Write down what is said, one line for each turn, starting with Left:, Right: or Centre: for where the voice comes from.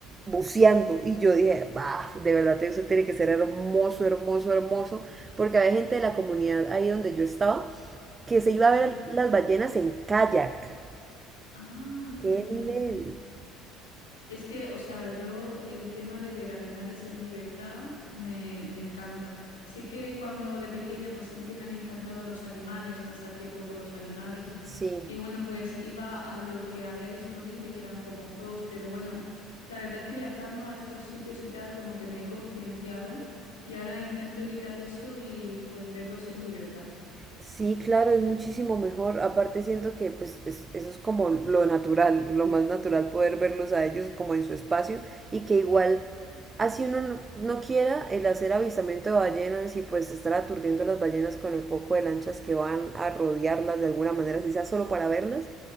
Right: buceando y yo dije, bah, de verdad eso tiene que ser hermoso, hermoso, hermoso, porque había gente de la comunidad ahí donde yo estaba que se iba
Left: Sí.
Right: a ver las ballenas en kayak.
Left: Ah, qué
Right: ¡Qué
Left: bueno.
Right: nivel!
Left: Es que, o sea, yo el tema de ver animales en libertad me, me encanta. Sí que cuando de pequeña pues siempre me han encantado los animales, pasar tiempo con los animales.
Right: Sí.
Left: Y bueno, pues iba a lo que había disponible, que eran como zoos, pero bueno, la verdad es que viajando a estos sitios y tal, como que me he concienciado y ahora intento evitar eso y pues verlos en libertad.
Right: Sí, claro, es muchísimo mejor. Aparte siento que pues es- eso es como lo natural, lo más natural poder verlos a ellos como en su espacio y que igual así uno no, no quiera el hacer avistamiento de ballenas y pues estar aturdiendo a las ballenas con el poco de lanchas que van a rodearlas de alguna manera, si sea solo para verlas,